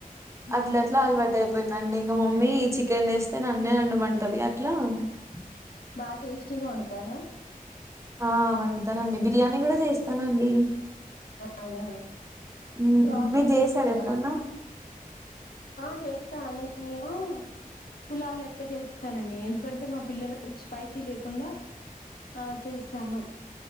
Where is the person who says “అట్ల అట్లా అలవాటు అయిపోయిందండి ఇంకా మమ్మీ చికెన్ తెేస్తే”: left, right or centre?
Right